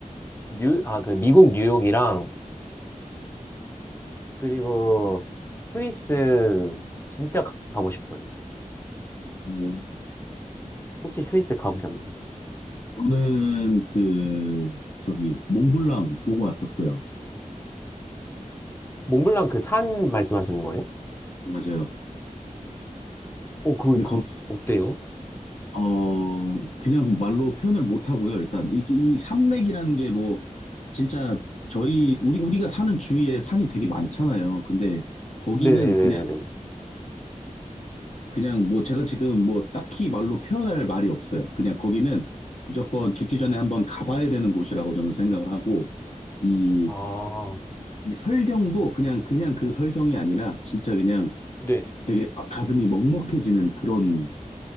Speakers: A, on the left; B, on the left.
A: 뉴, 아, 그 미국 뉴욕이랑 그리고 스위스 진짜 가- 가고 싶어요.
B: 음,
A: 혹시 스위스 가보셨나요?
B: 저는 그 저기 몽블랑 보고 왔었어요.
A: 몽블랑 그 산 말씀하시는 거예요?
B: 맞아요.
A: 어, 그,
B: 근데
A: 그,
B: 거,
A: 어때요?
B: 어, 그냥 말로 표현을 못 하고요. 일단 이, 이 산맥이라는 게 뭐 진짜 저희 우리 우리가 사는 주위에 산이 되게 많잖아요. 근데 거기는
A: 네네네네네.
B: 그냥 그냥 뭐 제가 지금 뭐 딱히 말로 표현할 말이 없어요. 그냥 거기는 무조건 죽기 전에 한번 가봐야 되는 곳이라고 저는 생각을 하고 이,
A: 아,
B: 이 설경도 그냥 그냥 그 설경이 아니라 진짜 그냥
A: 네.
B: 되게 막 가슴이 먹먹해지는 그런